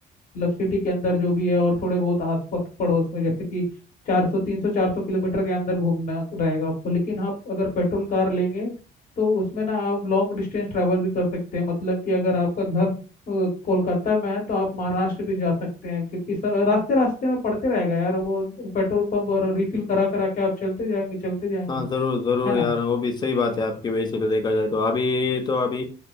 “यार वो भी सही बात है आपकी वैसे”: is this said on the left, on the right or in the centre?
Left